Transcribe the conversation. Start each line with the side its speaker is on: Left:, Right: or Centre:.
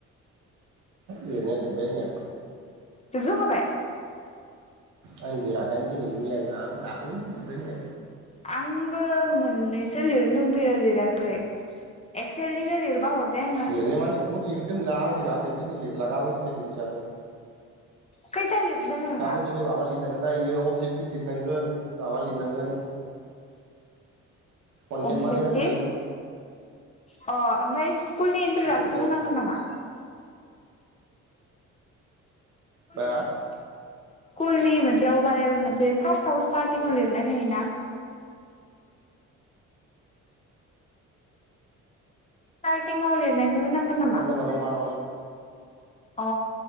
Right: लिरनाया जोबबाय आंनिया
Left: जोबजोबखाबाय
Right: आं लिराखैनो दिनैबो मियाबो आं दाख्लैनो जोबबाय आंनिया
Left: आंबो मोननैसो लिरनो दोंबोयो लिराखै एक्सेलनिखो लिरबा हरदे आंनो
Right: लिरनो माने बहुत लिरनो दोंङोना आं लिराखै दिनै लिरला गामोननिफ्राय लिरनोसै आं।
Left: खोयथालिरनो दङो नोंना।
Right: गाबोननिफ्राय माबा लिरनांगोन नायो अबजेक्टिभ लिरनांगोन माबा लिरनांगोन।
Left: <inaudible>
Right: कन्टेन्ट
Left: अबजेक्टिभ
Right: बानायनांगोन
Left: अ ओमफ्राय स्कुलनि इन्ट्रदाक्सन
Right: बेफोरखौ
Left: होनांगोन नामा। कलनि
Right: बा
Left: स्कुल नि मोनसे अभारेल मोनसे फार्स्टआव स्टार्टिंआव लिरनाय थायोना। स्टार्टिंव लिरनायखौ होनांगोन नामा।
Right: मन'भारल
Left: अ